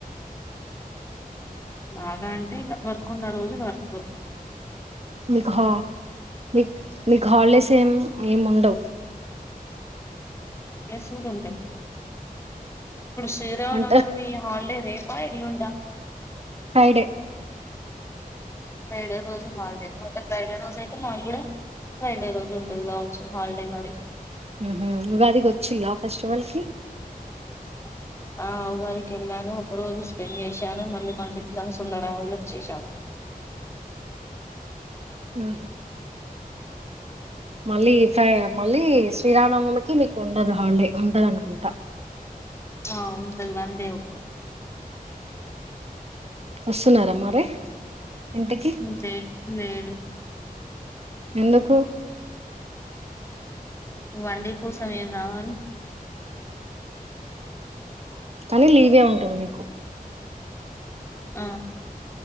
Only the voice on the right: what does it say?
మీకు హ మీ మీకు హాలిడేస్ ఏం ఏం ఉండవు
అంటే
ఫ్రైడే
హ ఇదికి వచ్చిలా ఫెస్టివాల్ కి
ఆ మళ్ళీ ఫ మళ్ళీ శ్రీరానవమికి మీకు ఉండదు హాల్డీ ఉండదు అనుకుంటా
వస్తున్నారామ్ మరి ఇంటికి
ఎందుకు
కానీ లీవే ఉంటది మీకు